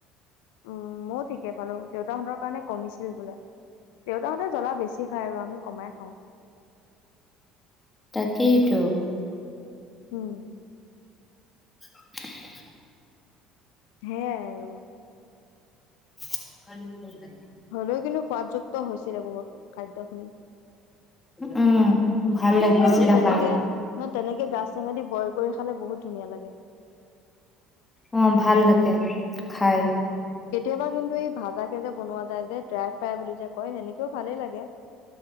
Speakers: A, on the left (about 85°); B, on the left (about 20°).
A: উম মই। থিকেই পালো দেউতাহঁতক কমিছিল বোলে দেউতাহঁতে জ্বলা বেছি খায় আৰু আমি কমাই খাওঁ
B: তাকেইটো।
A: হম।
B: অ।
A: সে আৰু
B: <unintelligible>
A: হলেও কিন্তু সোৱাদযুক্ত হৈছিলে বহুত খাদ্য খিনি
B: উম। ভাল লাগিছিলে
A: আৰু তেনেকে
B: খাই
A: ন তেনেকে গাছ টেঙা দি বইল কৰি খালে বহুত ধুনীয়া লাগে।
B: অ ভাল লাগে।
A: উম
B: খাই
A: কেতিয়াবা কিন্তু এই ভাজাকে যে বনোৱা যায় যে ড্ৰাই ফ্ৰাই বুলি যে কয় সেনেকেও ভালেই লাগে।